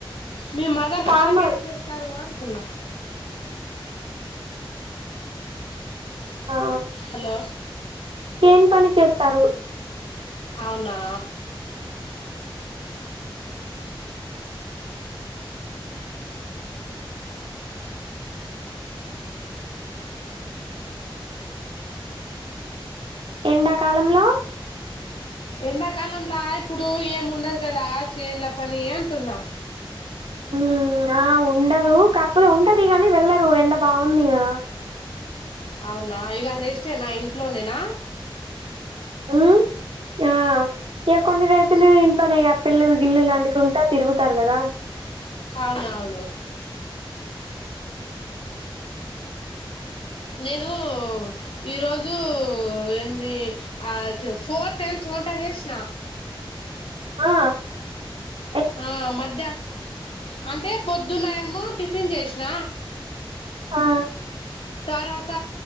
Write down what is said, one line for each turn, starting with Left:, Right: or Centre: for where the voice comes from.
Left: మీ మదర్
Right: ఫార్మర్
Left: ఫాదర్ ఏం చేస్తారు అ శున్నా
Right: ఆ
Left: హలో
Right: చైన్ పని చే సరు
Left: అవునా
Right: ఎండాకాలంలో
Left: ఎండాకాలంలాగ ఇప్పుడు ఏమి ఉండదు కదా చేన్ల పని అంటున్నా
Right: ఉ ఆ ఉ ఉండదు కాకపోతే ఉంటది గానీ వెళ్లరు ఎండ బాగుంది గదా
Left: అవునా ఇగ రేష్టేనా ఇంట్లోనేేనా
Right: మ్ ఆ ఇక కొన్ని రోజులు ఇంట్లోనే ఇగ పిల్లలు గిల్లులు అంటికుంటా తిరుగుతారు కదా
Left: అవునవును నేను ఈరోజు ఎన్ని అ ఫోర్ టైమ్స్ వంట చేసిన
Right: ఆ అ
Left: ఆ మధ్యా అంటే పొద్దున్నాయేమో టిఫిన్ చేసిన
Right: ఆ
Left: తర్వాత